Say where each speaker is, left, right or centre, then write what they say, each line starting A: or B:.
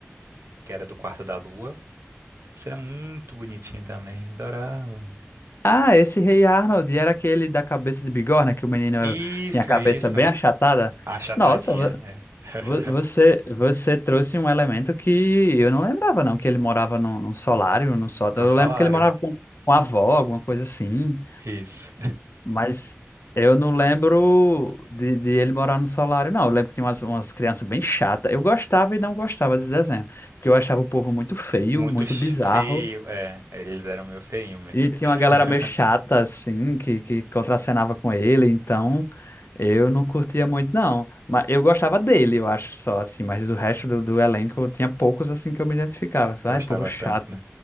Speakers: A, on the right; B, on the left.
A: que era do Quarto da Lua. Isso era muito bonitinho também, adorava.
B: Ah, esse Rei Arnold era aquele da cabeça de bigorna que o menino
A: Isso,
B: tinha a cabeça
A: isso.
B: bem achatada.
A: Achatadinha,
B: Nossa,
A: é. <laughs>
B: Vo- Você, você trouxe um elemento que eu não lembrava, não, que ele morava num, num solário, num sótão.
A: Não
B: Eu
A: falaram.
B: lembro que ele morava com, com a avó, alguma coisa assim,
A: Isso.
B: mas eu não lembro de, de ele morar no solário, não. Eu lembro que tinha umas, umas crianças bem chatas. Eu gostava e não gostava desse desenho, porque eu achava o povo muito feio,
A: Muito
B: muito
A: feio,
B: bizarro.
A: é. Eles eram meio feinho mesmo.
B: E tinha
A: <laughs>
B: uma galera meio chata, assim, que, que contracenava com ele, então eu não curtia muito, não. Mas eu gostava dele, eu acho, só, assim, mas do resto do, do elenco tinha poucos, assim, que eu me identificava.
A: Gostava
B: Ai, povo chato,
A: tanto, né?